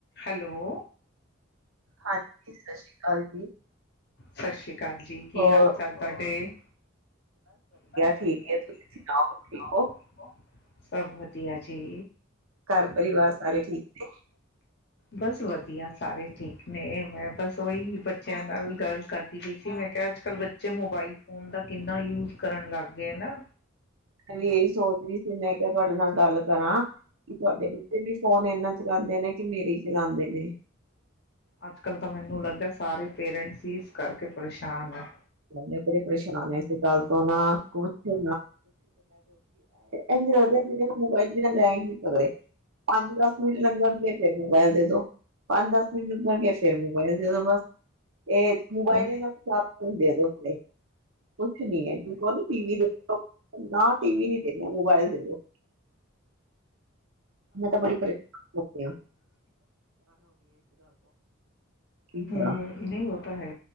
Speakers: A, on the left; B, on the right.
A: ਹੈਲੋ
B: ਹਾਂਜੀ ਸਤਿ ਸ਼੍ਰੀ ਅਕਾਲ ਜੀ
A: ਸਤਿ ਸ਼੍ਰੀ ਹਾਂ ਜ ਕੀ
B: ਹੋਰ
A: ਹਾਲ ਚਾਲ ਤੁਹਾਡੇ, ਬਸ
B: ਠੀਕ
A: ਵਧੀਆ,
B: ਹੈ, ਤੁਸੀਂ
A: ਠੀਕ ਏ
B: ਸੁਣਾਓ
A: ਤੁਸੀ ਸੁਨਾੳ ਠੀਕ
B: ਹੋ?
A: ਹੋ। ਵਧੀਆ ਜੀ
B: ਘਰ ਪਰਿਵਾਰ ਸਾਰੇ ਠੀਕ ਨੇ
A: ਬਸ ਵਧੀਆ ਸਾਰੇ ਠੀਕ ਨਹੀਂ ਮੈਂ ਬਸ ਉਹੀ ਬੱਚਿਆਂ ਨਾਲ ਗੱਲ ਕਰਦੀ ਪਈ ਸੀ ਮੈਂ ਕਿਹਾ ਅੱਜ ਕੱਲ੍ਹ ਜੇਮੋਬਾਇਲ ਫੋਨ ਦਾ ਕਿੰਨਾ ਯੂਜ ਕਰਨ ਲੱਗ ਗਿਆਏ ਨਾ
B: ਮੈਂ ਵੀ ਇਹੀ ਸੋਚਦੀਹੀ ਸੀ, ਮੈਂ ਕਿਹਾ ਤੁਹਾਡੇ ਨਾਲ ਗੱਲ ਕਰਾਂ ਕਿ ਤੁਹਾਡੇ ਬੱਚੇ ਵੀ ਫੋਨ ਇਨਾ ਚਲਾਉਂਦੇ ਨੇ ਕਿ ਮੇਰੇ ਚਲਾਉਂਦੇ ਨੇ।
A: ਅੱਜ ਕੱਲ੍ਹ ਤਾਂ ਮੈਨੂੰ ਲੱਗਦਾ ਸਾਰੇ ਪੇਰੈਂਟਸ ਸੀ ਇਸ ਕਰਕੇ ਪਰੇਸ਼ਾਨ ਹੈ।
B: ਮੈਂ ਬੜੇ ਪਰੇਸ਼ਾਨ ਹ ਇਸ ਗੱਲ ਕੁਛ ਨਾ ਕੁਛ ਕਿਆ ਵੀ ਨ ਲੱਗਦਾ ਕਿ ਮੋਬਾਇਲ ਬਿਨਾਂ ਰੈ ਹੀ ਨੀ ਸਕਦੇ ਪੰਜ ਦ ਮੈਨੂੰ ਲੰਗਣਗੇ ਫੇਰ ਮੋਬਾਇਲ ਦੇ ਦੋ ਪੰਜ ਦ ਹੁਣ ਉੱਠ ਗਿਆ ਫੇਰ ਮੋਬਾਇਲ ਜਦੋ ਬਸ ਇਹ ਮੋਬਾਈਲ
A: ਹੁਣ
B: ਇਨਾ ਦੇ <unintelligible> ਕੁਛ ਨੀ ਹੈ ਕ ਕਹੋ ਨਾ ਟੀ ਵੀ ਦੇਖੋ ਨਾ ਟੀ ਵੀ ਨੀ ਮੋਬਾਈਲ ਦੇ <unintelligible> ਮੈਂ ਤਾਂ ਬਰੀਸ਼ ਕੀ ਕਰਾਂ
A: ਹਮ ਨਹੀਂ ਹੋਤਾ ਹੈ